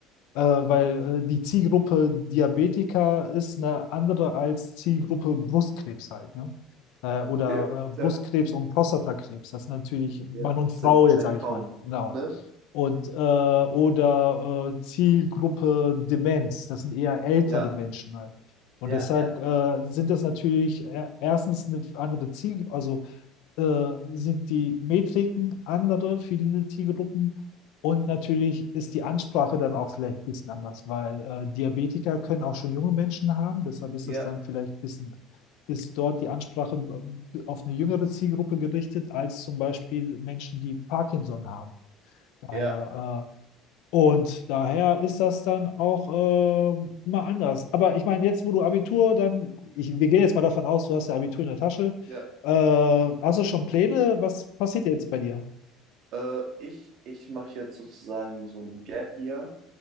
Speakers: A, on the left; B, on the right.
A: äh, weil äh, die Zielgruppe Diabetiker ist eine andere als Zielgruppe Brustkrebs halt, ne? Äh, oder
B: ja,
A: äh, Brustkrebs
B: ja,
A: und Prostatakrebs. Das ist natürlich Mann
B: ja.
A: und
B: Das
A: Frau
B: sind wahrscheinlich
A: jetzt, sage
B: Frauen,
A: ich mal. Genau.
B: ne?
A: Und äh, oder äh, Zielgruppe Demenz. Das sind eher ältere
B: Ja,
A: Menschen halt. Und
B: ja,
A: deshalb
B: ja,
A: äh,
B: ja,
A: sind das natürlich äh, erstens eine andere Zielgruppe, also äh, sind die Metriken andere für diese Zielgruppen und natürlich ist die Ansprache dann auch vielleicht ein bisschen anders, weil äh, Diabetiker können auch schon junge Menschen haben. Deshalb ist
B: ja,
A: es dann vielleicht ein bisschen, ist dort die Ansprache auf eine jüngere Zielgruppe gerichtet, als zum Beispiel Menschen, die Parkinson haben. Daher,
B: ja,
A: äh, und daher ist das dann auch äh, immer anders. Aber ich meine, jetzt, wo du Abitur dann, ich, wir gehen jetzt mal davon aus, du hast ja Abitur in der Tasche.
B: ja.
A: Äh, hast du schon Pläne? Was passiert jetzt bei dir?
B: Äh, ich ich mache jetzt sozusagen so ein Gap Year